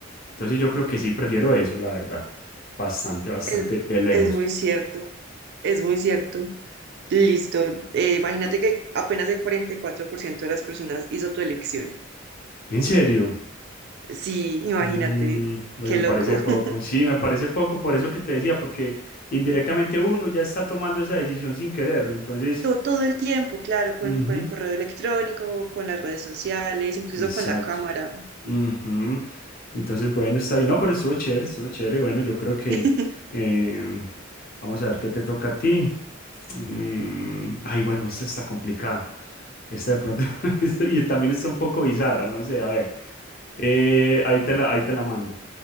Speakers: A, on the left; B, on the right.
A: Entonces, yo creo que sí prefiero eso, la verdad. Bastante, bastante
B: Es,
A: de lejos.
B: es muy cierto, es muy cierto. Listo. Eh, imagínate que apenas el 44% de las personas hizo tu elección.
A: ¿En serio?
B: Sí, imagínate.
A: Mm, pues
B: Qué
A: me
B: loco.
A: parece poco.
B: <laughs>
A: Sí, me parece poco por eso que te decía, porque indirectamente uno ya está tomando esa decisión sin quererlo. Entonces,
B: todo Todo, el tiempo, claro, con,
A: ujú,
B: con el correo electrónico, con las redes sociales, incluso
A: exacto.
B: con la cámara.
A: ujú. Entonces, bueno, está bien. No, pero estuvo chévere, estuvo chévere. Bueno, yo creo que
B: <laughs>
A: eh, vamos a ver qué te toca a ti. Mm, ay, bueno, esta está complicada. Esta de pronto, <laughs> y también está un poco bizarra, no sé, a ver, eh, ahí te la, ahí te la mando.